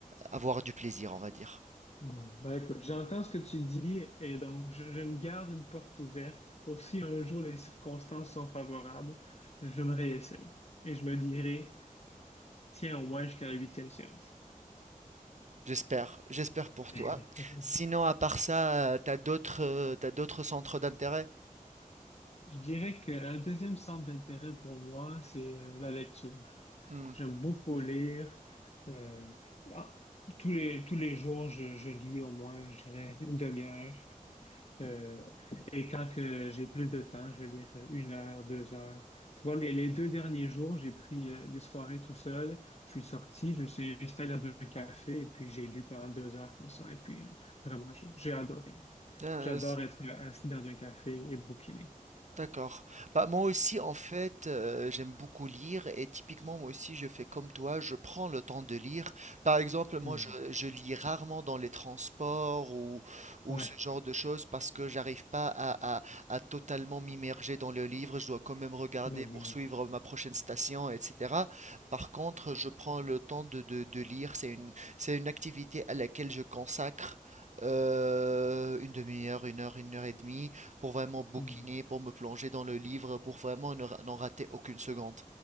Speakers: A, on the right; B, on the left.
A: avoir du plaisir, on va dire.
B: Bon, ben écoute, j'entends ce que tu dis et donc je, je me garde une porte ouverte pour si un jour les circonstances sont favorables, je me réessaye et je me dirai, tiens, au moins jusqu'à la huitième séance.
A: J'espère, j'espère pour
B: <laughs>
A: toi. Sinon, à part ça, euh, t'as d'autres, euh, t'as d'autres centres d'intérêt?
B: Je dirais qu'un deuxième centre d'intérêt pour moi, c'est euh, la lecture.
A: Hmm.
B: J'aime beaucoup lire. euh, ah, tous les, tous les jours, je, je lis au moins, je dirais, une demi-heure. Euh, et quand que j'ai plus de temps, je vais lire euh, une heure, deux heures. Tu vois, les, les deux derniers jours, j'ai pris euh, les soirées tout seul. Je suis sorti, je me suis installé dans un café et puis j'ai lu pendant deux heures comme ça. Et puis euh, vraiment, j'ai j'ai adoré.
A: Euh,
B: J'adore être euh, assis dans un café et bouquiner.
A: D'accord. Bah, moi aussi, en fait, euh, j'aime beaucoup lire et typiquement, moi aussi, je fais comme toi, je prends le temps de lire. Par exemple, moi,
B: Hmm.
A: je, je lis rarement dans les transports ou, ou
B: Ouais,
A: ce genre de choses parce que j'arrive pas à, à- à totalement m'immerger dans le livre. Je dois quand même regarder
B: mais oui.
A: pour suivre ma prochaine station, etc. Par contre, je prends le temps de, de- de lire. C'est une, c'est une activité à laquelle je consacre euh, une demi-heure, une heure, une heure et demie pour vraiment bouquiner,
B: Hmm.
A: pour me plonger dans le livre, pour vraiment ne ra- n'en rater aucune seconde.